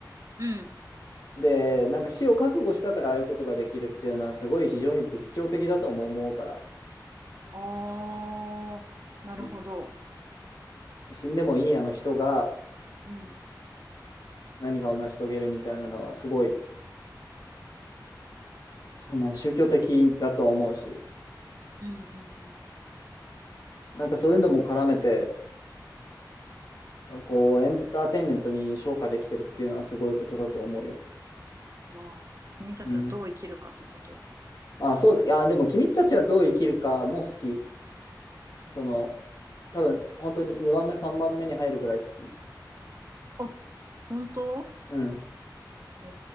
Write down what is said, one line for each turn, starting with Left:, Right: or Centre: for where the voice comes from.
Right: うん。
Left: で、なんか死を覚悟したからああいうことができるっていうのは、すごい非常に仏教的だとも思うから、
Right: あー、なるほど。
Left: うん死んでもいいあの人が
Right: うん、
Left: 何かを成し遂げるみたいなのは、すごい、その宗教的だと思うし、
Right: うん、うん、
Left: なんかそういうのも絡めて、こう、エンターテインメントに昇華できてるっていうのはすごいことだと思うよ。
Right: うん。ああ君たちはどう生きるかってこと。
Left: うん。あ、そうだ。いやでも君たちはどう生きるかも好き。
Right: うん。
Left: その、多分、本当に2番目、3番目に入るぐらい好き。
Right: あ、本当
Left: うん。
Right: お